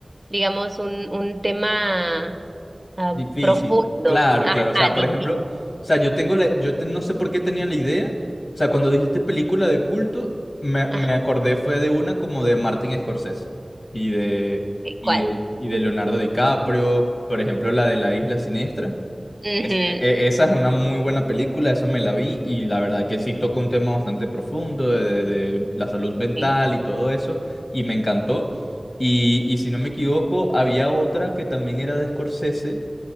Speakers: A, on the right; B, on the left.
A: digamos, un, un tema am,
B: Difícil,
A: profundo.
B: claro,
A: Ajá,
B: claro. O sea, por
A: difícil.
B: ejemplo, o sea, yo tengo la, yo te- no sé por qué tenía la idea. O sea, cuando dijiste película de culto, me,
A: Ajá,
B: me acordé fue de una como de Martin Scorsese y de,
A: ok,
B: y
A: ¿cuál?
B: de, y de Leonardo DiCaprio, por ejemplo, la de La Isla Siniestra.
A: Ujú,
B: Es- e- e, esa es una muy buena película, eso me la vi y la verdad que sí toca un tema bastante profundo de, de- de la salud mental
A: sí.
B: y todo eso y me encantó. Y, y si no me equivoco, había otra que también era de Scorsese